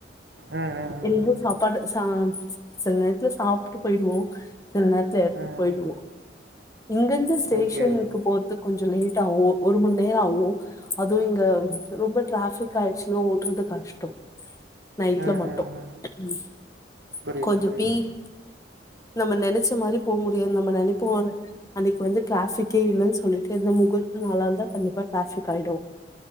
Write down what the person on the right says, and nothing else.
ம். ம்.
ம்.
ஓகே.
ம்.
ம்.
புரியுது,
புரியுது.